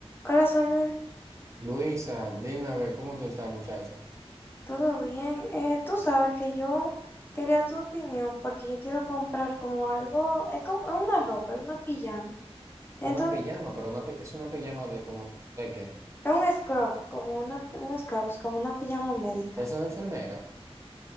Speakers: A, on the left; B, on the right.
A: Hola Samuel,
B: Luisa, dime a ver cómo tú estás, muchacha.
A: ¿todo bien? Eh, tú sabes que yo quería tu opinión porque yo quiero comprar como algo, es como es una ropa, es una pijama. Entonces,
B: Una pijama, pero una pi- es una pijama de como, ¿de qué?
A: es un scrub, como una, un scrubs, como una pijama médica.
B: ¿De esa de enfermera?